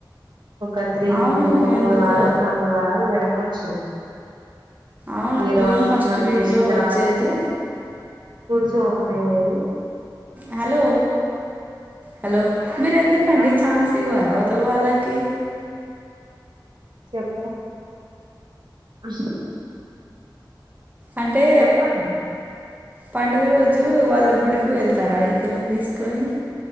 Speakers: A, on the right; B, on the right.
A: ఒక త్రీ,
B: అవును
A: ఒక మూడు
B: ఎందుకో
A: వారాలు, నాలుగు వారాలు వెనకొచ్చిం.
B: అవును
A: ఏరువాక
B: జూన్ ఫస్ట్
A: పున్నం
B: వీక్లో
A: జేసిన తర్వాతనే
B: వచ్చేది
A: స్కూల్స్ ఓపెన్ అయ్యేయి.
B: హాలో. హాలో, మీరెందుకండి
A: ఆ
B: ఛాన్స్ ఇవ్వరా అవతల్వాళ్ళకి.
A: చెప్పు <unintelligible>
B: అంటే.
A: చెప్పండి
B: పండుగ రోజు వాళ్ళు గుడికి వెళ్తారా ఎద్దులన్దీసుకొని.